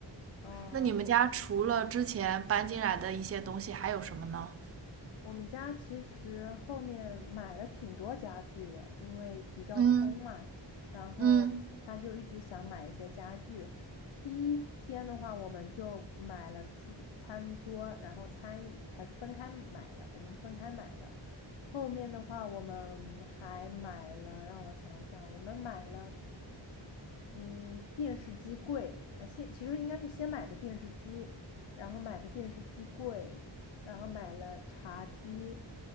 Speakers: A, on the left; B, on the right.
A: 啊、
B: 那你们家除了之前搬进来的一些东西，
A: 我
B: 还有什么呢？
A: 我们家其实后面买了挺多家具的，因为比较空嘛，
B: 嗯
A: 然后他就一直想买一些家具。
B: 嗯。
A: 第一天的话，我们就买了桌、餐桌，然后餐椅，他是分开买的，我们是分开买的。后面的话，我们还买了，让我想想，我们买了。嗯，电视机柜，呃，先其实应该是先买的电视机，然后买的电视机柜，然后买了茶几，